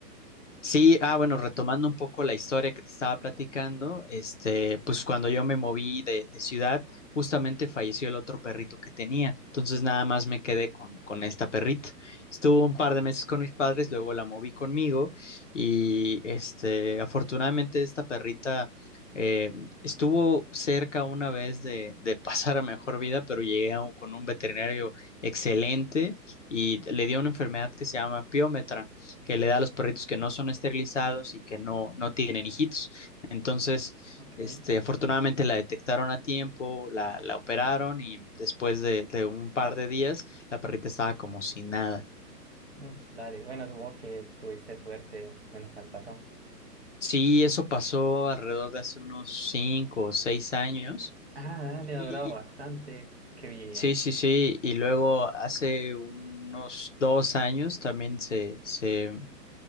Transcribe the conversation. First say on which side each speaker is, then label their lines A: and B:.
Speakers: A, on the left; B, on the right.
A: Sí, ah, bueno, retomando un poco la historia que te estaba platicando, este, pues cuando yo me moví de, de ciudad, justamente falleció el otro perrito que tenía. Entonces nada más me quedé con, con esta perrita. Estuvo un par de meses con mis padres, luego la moví conmigo y este, afortunadamente esta perrita eh, estuvo cerca una vez de, de pasar a mejor vida, pero llegué a un- con un veterinario excelente y le dio una enfermedad que se llama piómetra que le da a los perritos que no son esterilizados y que no, no tienen hijitos. Entonces,
B: Ok.
A: este, afortunadamente la detectaron a tiempo, la, la operaron y después de, de un par de días la perrita estaba como sin nada.
B: Mm, Dale, bueno, supongo que tuviste suerte, menos mal pasó.
A: Sí, eso pasó alrededor de hace unos cinco o seis años.
B: Ah, dale, ha
A: Y
B: durado bastante. Qué bien.
A: sí, sí, sí. Y luego hace unos dos años también se, se